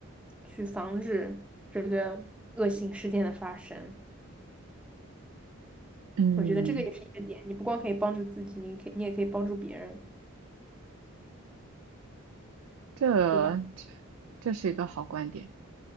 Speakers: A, in the centre; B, on the right.
A: 去防止这个恶性事件的发生。
B: 嗯，
A: 我觉得这个也是一个点，你不光可以帮助自己，你可以你也可以帮助别人，
B: 这
A: 对吧？
B: 这是一个好观点。